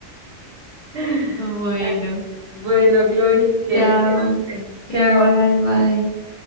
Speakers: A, on the right (about 60°); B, on the left (about 45°).
A: <laughs> Ay,
B: Bueno,
A: Bueno, Glory, que
B: chao.
A: descanse. Chao.
B: Igual, bye.